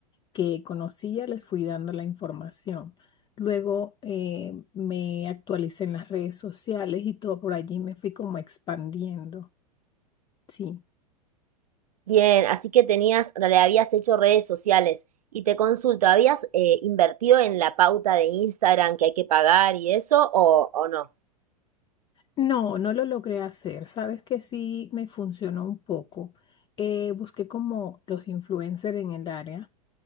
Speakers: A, on the left; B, on the right.
A: que conocía, les fui dando la información. Luego eh, me actualicé en las redes sociales y todo por allí me fui como expandiendo. Sí.
B: Bien, así que tenías, le habías hecho redes sociales y te consulto, ¿habías eh, invertido en la pauta de Instagram que hay que pagar y eso o, o no?
A: No, no lo logré hacer. Sabes que sí me funcionó un poco. Eh, busqué como los influencers en el área